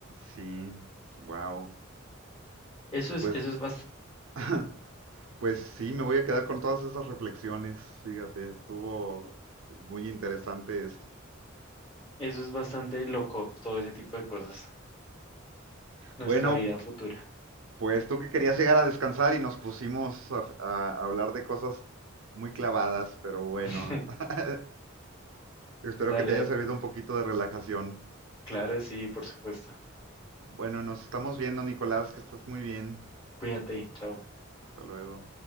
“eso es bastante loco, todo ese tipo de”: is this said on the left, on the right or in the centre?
Left